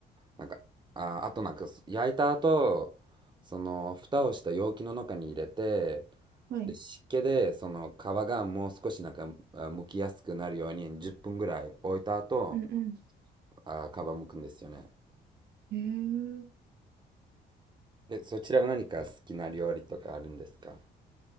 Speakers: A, on the right (about 25°); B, on the right (about 65°).
A: なんかああとなんか焼いた後その蓋をした容器の中に入れて
B: はい。
A: で湿気でその皮がもう少しなんかあ剥きやすくなるように10分ぐらい置いた後
B: うんうん。
A: あ皮剥くんですよね
B: ええ
A: でそちらは何か好きな料理とかあるんですか